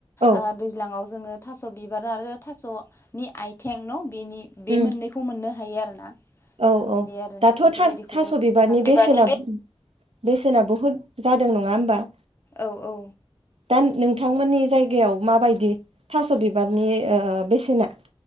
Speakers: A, on the right (about 80°); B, on the left (about 25°).
A: औ
B: ओ दैज्लांआव जोङो थास' बिबार आरो थास'नि आयथें न' बेनि बे
A: उम
B: मोननैखौ खौ मोननो हायो आरोना।
A: औ
B: बेफोरबायदि
A: औ
B: आरो
A: दाथ'
B: बेफोरबायदिखौबो
A: थास' बिबारनि
B: हाग्रा
A: बेसेना बेसेना बहुत जादों नङा होमबा?
B: औ औ।
A: दा नोंथांमोननि जायगायाव माबायदि थास' बिबारनि ओ बेसेना?